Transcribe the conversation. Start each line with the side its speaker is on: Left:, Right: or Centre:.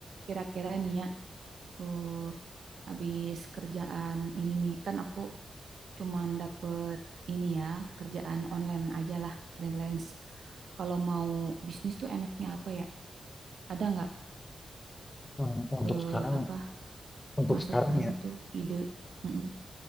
Right: Kira-kira nih ya, eh habis kerjaan ini nih, kan aku cuman dapet ini ya, kerjaan online aja lah, freelance. Kalau mau bisnis tuh enaknya apa ya? Ada nggak
Left: Hmm, Untuk
Right: eh
Left: sekarang,
Right: apa
Left: untuk
Right: masukan
Left: sekarang ya,
Right: gitu, ide? Mm-mm,